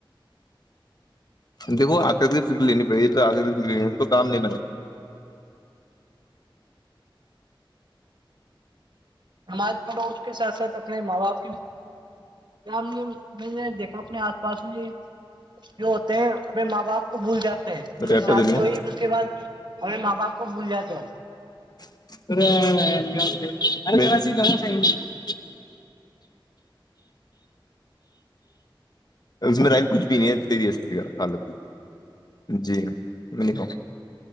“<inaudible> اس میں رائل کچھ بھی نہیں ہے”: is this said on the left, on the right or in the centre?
Left